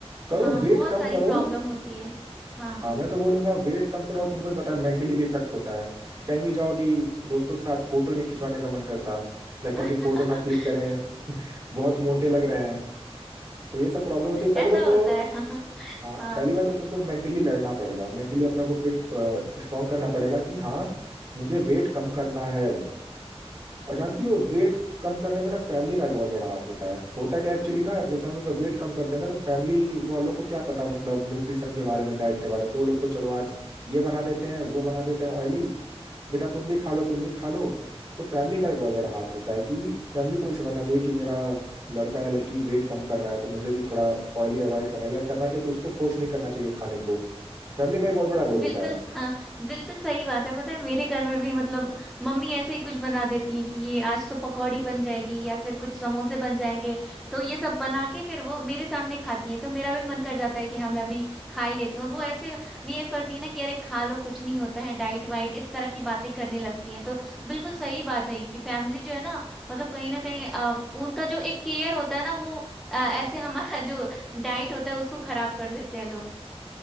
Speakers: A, on the right; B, in the centre.
A: करो
B: हाँ
A: वेट
B: बहुत
A: कम
B: सारी
A: करो
B: प्रॉब्लम होती है हाँ
A: हाँ मैं तो बोलूंगा वेट कम करो तुमको ही पता है मेंटली भी इफेक्ट होता है कहीं भी जाओगी दोस्तों के साथ फोटो नहीं खिंचवाने का मन करता लगता
B: <laughs>
A: है कि फोटो ना क्लिक करें बहुत मोटे लग रहे हैं तो ये सब प्रॉब्लम होती है पहली
B: ऐसा
A: बात तो
B: होता है <laughs>
A: हाँ
B: हाँ
A: पहली बात तो तुमको मेंटली लड़ना पड़ेगा मेंटली अपने को फिट स्ट्रांग करना पड़ेगा कि हाँ मुझे वेट कम करना है और जानती हो वेट कम करने में ना फैमिली का भी बहुत बड़ा हाथ होता है होता क्या एक्चुअली ना जैसे हम लोग जब वेट कम करते हैं ना तो फैमिली वालों को क्या पता मतलब न्यूट्रिशन के बारे में डाइट के बारे में तो वो लोग तो चलो आज ये बना देते हैं वो बना देते हैं ऑयली बेटा तुम भी खा लो तुम भी खा लो तो फैमिली का भी बहुत बड़ा हाथ होता है कि फैमिली को भी समझना चाहिए कि मेरा लड़का या लड़की वेट कम कर रहा है तो मुझे भी थोड़ा ऑयली अवॉइड करना है या करना चाहिए तो उसको फोर्स नहीं करना चाहिए खाने को फैमिली का भी बहुत बड़ा रोल
B: बिल्कुल
A: होता है
B: हाँ बिल्कुल सही बात है पता है मेरे घर में भी मतलब मम्मी ऐसे ही कुछ बना देती हैं कि ये आज तो पकौड़ी बन जाएगी या फिर कुछ समोसे बन जाएंगे तो ये सब बना के फिर वो मेरे सामने खाती हैं तो मेरा भी मन कर जाता है कि हाँ मैं भी खा ही लेती हूँ और वो ऐसे बिहेव करती है ना कि अरे खा लो कुछ नहीं होता है डाइट वाइट इस तरह की बातें करने लगती हैं तो बिल्कुल सही बात है ये कि फैमिली जो है ना मतलब कहीं ना कहीं अ, उनका जो एक केयर होता है ना वो अ, ऐसे हमारा <laughs> जो डाइट होता है उसको खराब कर देते हैं लोग